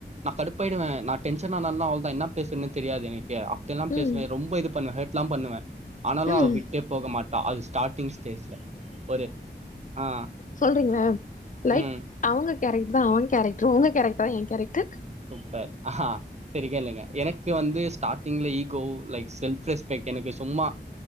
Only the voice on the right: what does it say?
நா கடுப்பாயிடுவ நா டென்ஷன் ஆனானா அவ்ளோதா என்ன பேசுரன்னெ தெரியாது எனக்கே எல்லா
பேசுவே ரொம்ப இது பண்ணுவ ஹர்ட் லா பண்ணுவ ஆனாலு
அவ விட்டே போக மாட்டா அது ஸ்டாட் டிங் ஸ்டேஜில ஒரு ஆ
ம்
சூப்பர் ஆஹா சரிக்கேளுங்க எனக்கு வந்து ஸ்டார்ட்டிங்ல ஈகோ லைக் செல்ஃப் ரெஸ் லைக் எனக்கு சும்மா